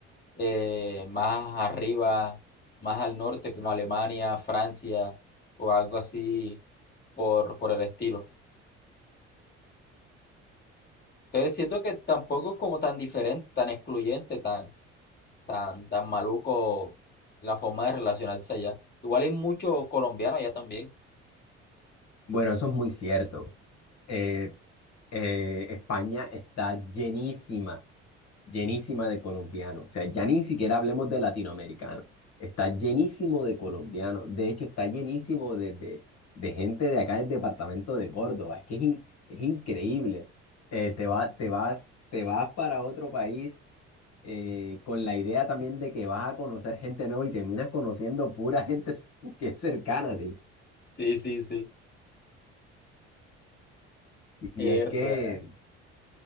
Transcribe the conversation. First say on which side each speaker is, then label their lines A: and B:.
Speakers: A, on the left (about 30°); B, on the left (about 55°).
A: eh, más arriba, más al norte, como Alemania, Francia o algo así por, por el estilo. Entonces siento que tampoco es como tan diferente, tan excluyente, tan, tan, tan maluco la forma de relacionarse allá. Igual hay muchos colombianos allá también.
B: Bueno, eso es muy cierto. Eh, eh, España está llenísima, llenísima de colombianos. O sea, ya ni siquiera hablemos de latinoamericanos. Está llenísimo de colombianos. De hecho, está llenísimo de, de, de gente de acá del departamento de Córdoba. Es que es, in- es increíble. Eh, te va, te vas, te vas para otro país. eh, con la idea también de que vas a conocer gente nueva y terminas conociendo pura gente s- que es cercana a ti.
A: Sí, sí, sí.
B: Y
A: verdad
B: es que,